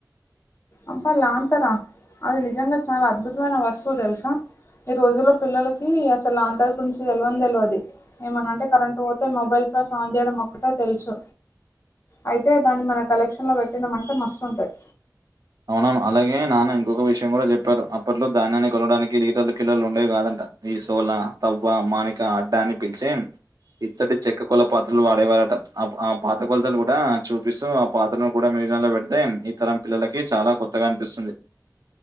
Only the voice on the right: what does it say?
అవునవును అలాగే నాన్న ఇంకొక విషయం కూడా చెప్పారు అప్పట్లో ధాన్యాన్ని కొలవడానికి లీటర్లు కిలోలు ఉండేవి కాదంట ఈ సోల తవ్వ మానిక అడ్డా అని పిలిచే ఇత్తటి చెక్క కొల పాత్రలు వాడేవారట అ ఆ పాత కొలతలు కూడా చూపిస్తూ పాత్రను కూడా మ్యూజియం లో పెడితే ఈ తరం పిల్లలకి చాలా కొత్తగా అనిపిస్సుంది